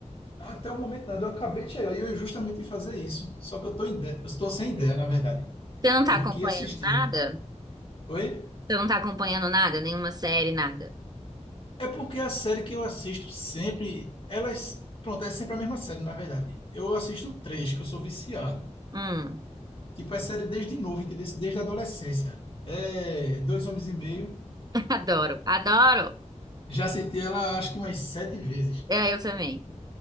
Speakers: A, on the left; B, on the right.
A: Até o momento nada, eu acabei de chegar e eu ia justamente fazer isso. Só que eu tô, ide- eu tô sem ideia, na verdade,
B: Você não tá
A: do
B: acompanhando
A: que assistir.
B: nada?
A: Oi?
B: Você não tá acompanhando nada? Nenhuma série, nada?
A: É porque a série que eu assisto sempre, elas, pronto, é sempre a mesma série, na verdade. Eu assisto três, que eu sou viciado.
B: Hum,
A: Tipo, é série desde novo, entendeu? Desde a adolescência. É Dois Homens e Meio.
B: <laughs> adoro, adoro.
A: Já assisti ela acho que umas sete vezes.
B: É, Eu também.